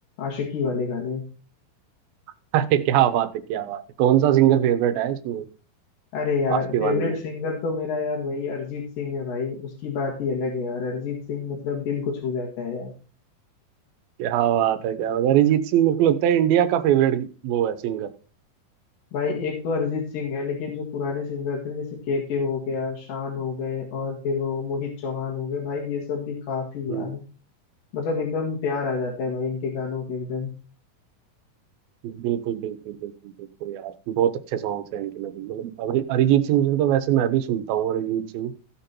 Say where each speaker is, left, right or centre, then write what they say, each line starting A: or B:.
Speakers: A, on the left; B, on the right.
A: आशिकी वाले गाने
B: <laughs> अरे क्या बात है क्या बात है कौन सा सिंगर फेवरेट है इसमें
A: अरे यार
B: आज के
A: फेवरेट
B: वाले में
A: सिंगर तो मेरा यार भाई अरिजीत सिंह है भाई उसकी बात ही अलग है यार अरिजीत सिंह मतलब दिल को छू जाता है यार
B: क्या बात है क्या बात है अरिजीत सिंह मेरे को लगता है इंडिया का फेवरेट वो है सिंगर
A: भाई एक तो अरिजीत सिंह है लेकिन जो पुराने सिंगर थे जैसे के के हो गया शान हो गए और फिर वो मोहित चौहान हो गए भाई ये सब भी काफी
B: हम्म
A: यार मतलब एकदम प्यार आ जाता है भाई इनके गानों के एकदम
B: बिल्कुल बिल्कुल बिल्कुल बिल्कुल यार बहुत अच्छे सॉन्ग्स हैं इनके मतलब मतलब अरि- अरिजीत सिंह जी को तो वैसे मैं भी सुनता हूँ अरिजीत सिंह